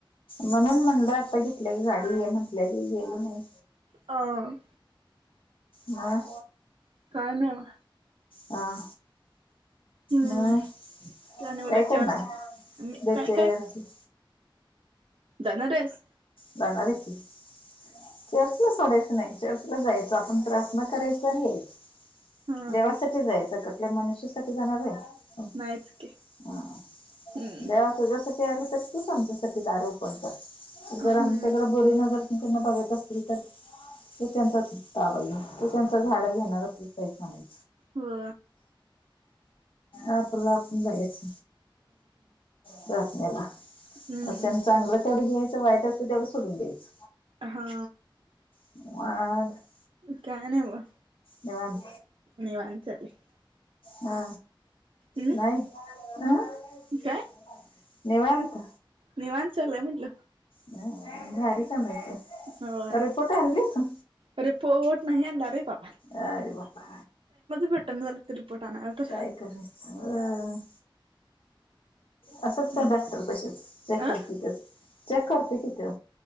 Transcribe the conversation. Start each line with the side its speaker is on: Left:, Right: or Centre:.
Left: म्हणून म्हटलं आता घेतल्या की गाडी ये म्हटल्या की गेल नाही.
Right: म.
Left: हम.
Right: काय ना म.
Left: हा.
Right: हम्म
Left: मग
Right: नाही
Left: काय
Right: उद्या चर्च
Left: करणार
Right: मी
Left: <unintelligible>
Right: काय जाणारेस?
Left: जाणार आहे की <unintelligible> सोडयचं नाही चर्चला जायचं आपण प्रार्थना करायचा आणि यायच.
Right: ह
Left: देवासाठी जायचं कुठल्या मनुष्यासाठी जाणार आहे. हम
Right: नाहीच की हम्म
Left: देवा तुझ्यासाठी <unintelligible> ते आलं तर तुच आमच्यासाठी दार ओपन कर
Right: हम्म
Left: जर आमच्याकडे बुरी नजर नी बघत असतील तर तू त्यांचाताबाई तू त्यांच झाड घेणार त नाही.
Right: हो.
Left: आपला आपण जायच. प्रार्थनेला <unintelligible>
Right: हम्म
Left: चांगलं तेवढं घ्यायचं वाईट असं तेवढं सोडून द्यायच.
Right: हा.
Left: <inaudible>
Right: काय नाही व.
Left: निवांत.
Right: निवांत चालू आहे.
Left: हा
Right: हम्म
Left: नाहीय अ <unintelligible>
Right: काय
Left: निवांंत.
Right: निवांत चालय म्हंटलं.
Left: ह घारी कानायची,
Right: होय
Left: रिपोर्ट आणली का?
Right: रिपोर्ट नाही आणला रे बाप.
Left: अरे बाबा
Right: भेटना झालं तर रिपोर्ट आणायला तर
Left: काय करायचं. असंच
Right: हम्म
Left: का डॉक्टर कसेच चेक
Right: अ
Left: करते ते चेक करते कि तो.